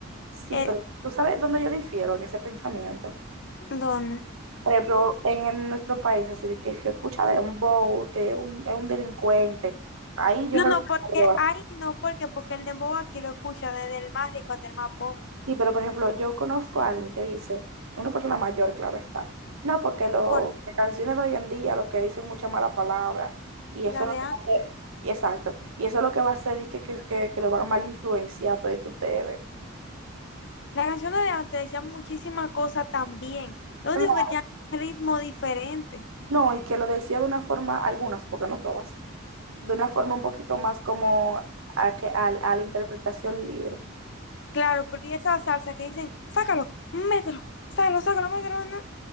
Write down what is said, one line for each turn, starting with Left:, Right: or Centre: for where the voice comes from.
Right: sí,
Left: Eh,
Right: pero tú sabes dónde yo difiero en ese pensamiento.
Left: ¿dónde?
Right: por ejemplo, en, en nuestro país, así de que el que escucha dembow, que es un, es un delincuente, ahí yo
Left: No,
Right: realmente
Left: no, porque
Right: no lo veo.
Left: hay, no, porque, porque el dembow aquí lo escucha desde el más rico hasta el más pobre.
Right: Sí, pero por ejemplo, yo conozco a alguien que dice, una persona mayor, claro está, no, porque lo,
Left: Corta.
Right: las canciones de hoy en día, lo que dicen mucha mala palabra, y
Left: Y
Right: eso
Left: la
Right: es
Left: de
Right: lo que
Left: antes.
Right: va a hacer, y exacto, y eso es lo que va a hacer y que, que, que, que lo van a mal influenciar a todos ustedes.
Left: Las canciones de antes decían muchísimas cosas también. Lo
Right: Claro,
Left: único que tenían ritmo diferente.
Right: no, y que lo decía de una forma, algunas, porque no todas, de una forma un poquito más como a, que, a a la interpretación libre.
Left: Claro, pero y esa salsa que dicen, sácalo, mételo, sácalo, sácalo, mételo, no",